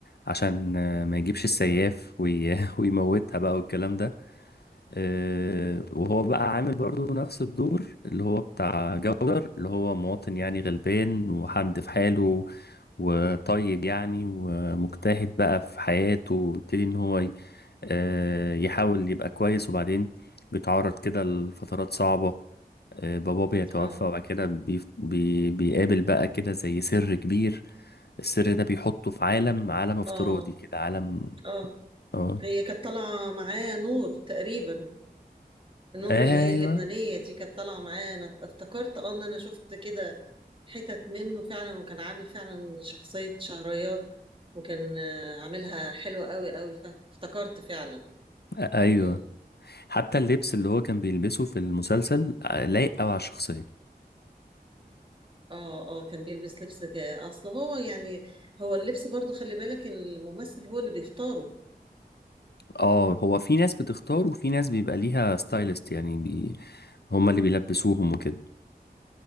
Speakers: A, on the left (about 75°); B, on the right (about 30°).
A: عشان آه، ما يجيبش السياف وي- <laughs> ويموتها بقى والكلام ده آه، وهو بقى عامل برضو نفس الدور اللي هو بتاع جودر اللي هو مواطن يعني غلبان وحد في حاله وطيب يعني ومجتهد بقى في حياته ويبتدي ان هو ي- آه، يحاول يبقى كويس وبعدين بيتعرض كده لفترات صعبة آه، باباه بيتوفى
B: آه
A: وبعد كده بي بي بيقابل بقى كده زي سر كبير السر ده بيحطه في عالم عالم افتراضي
B: آه
A: كده عالم
B: آه
A: اه
B: هي كانت طالعة معاه نور تقريبا نور
A: ايوه
B: اللي هي اللبنانية دي كانت طالعة معايا أنا افتكرت أه إن أنا شفت كده حتت منه فعلا وكان عامل فعلا شخصية شهريار وكان آه، عاملها حلوة قوي قوي فافتكرت فعلا
A: ايوه
B: مم.
A: حتى اللبس اللي هو كان بيلبسه في المسلسل آه، لايق قوي على الشخصية
B: اه اه كان بيلبس لبس ك- اصل هو يعني هو اللبس برضو خلي بالك إن الممثل هو اللي بيختاره
A: اه هو في ناس بتختار وفي ناس بيبقى ليها ستايلست يعني بي... هما اللي بيلبسوهم وكده